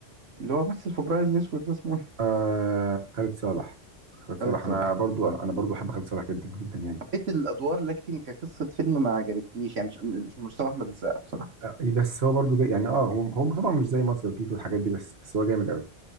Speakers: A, on the right; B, on the right.
A: اللي هو مثل في ابراهيم الاسود ده اسمه ايه
B: آه خالد صالح خالد
A: خالد
B: صالح
A: صالح
B: انا برضو انا, انا برضو بحب خالد صالح جدا جدا يعني
A: حبيت الادوار لكن كقصه فيلم ما عجبتنيش يعني مش مش مستوى احمد السقا بصراحه
B: آه إيه بس هو برضو جاي يعني اه هو هو طبعا مش زي مافيا وتيتو والحاجات دي بس بس هو جامد قوي